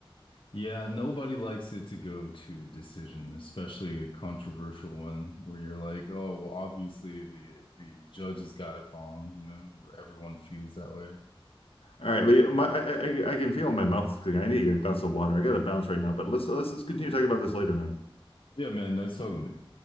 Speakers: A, on the left (about 60°); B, on the left (about 80°).
A: Yeah, nobody likes it to go to decision, especially a controversial one where you're like, oh, well, obviously the the judges got it wrong, you know, or everyone feels that way.
B: All right, Lee, my, I, I I can feel my mouth is clicking. I need to get a glass of water. I got to bounce right now, but let's let's just continue talking about this later, man.
A: Yeah, man, nice talking with you.